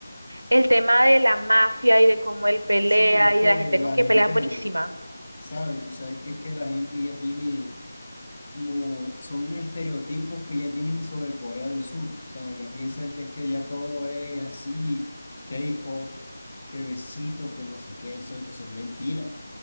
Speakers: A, on the right; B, on the left.
A: el tema de la mafia y de cómo él pelea
B: Sí, es
A: y
B: que
A: de la gente
B: la
A: con quien
B: gente,
A: pelea es buenísima.
B: sabe, Tú sabes que es que la gente ya tiene, como, son unos estereotipos que ya tienen sobre Corea del Sur. O sea, ya piensan que es que ya todo es así, K-pop, bebecitos, que no sé qué, eso, eso es mentira,